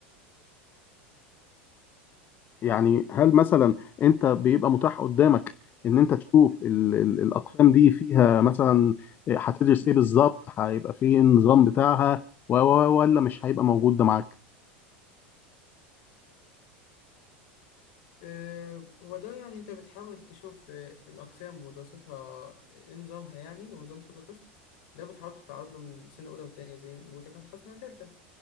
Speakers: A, on the left; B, on the left.
A: يعني هل مثلا انت بيبقى متاح قدامك ان انت تشوف ال ال الاقسام دي فيها مثلا اه، هتدرس ايه بالظبط هيبقى فيه إيه النظام بتاعها و- و- ولا مش هيبقى موجود ده معاك
B: آه، هو ده يعني أنت بتحاول تشوف آه، الأقسام ودراستها آه، إيه نظامها يعني ونظام كل قسم ده بتحاول تتعرض له من سنة أولى وتانية زي ما قلت لك هتخصص من تالتة